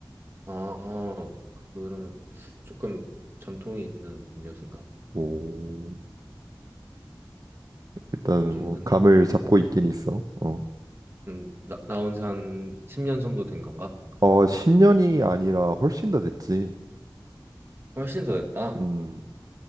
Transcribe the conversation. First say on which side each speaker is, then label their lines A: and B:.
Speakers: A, on the right (about 25°); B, on the right (about 45°).
A: 아, 그러면 조금 전통이 있는 음료수인가?
B: 오, 일단
A: 좀
B: 뭐
A: 한,
B: 감을 잡고 있긴 있어. 어.
A: 음, 나, 나온 지 한 10년 정도 된 건가?
B: 어, 10년이 아니라 훨씬 더 됐지.
A: 훨씬 더 됐다.
B: 음.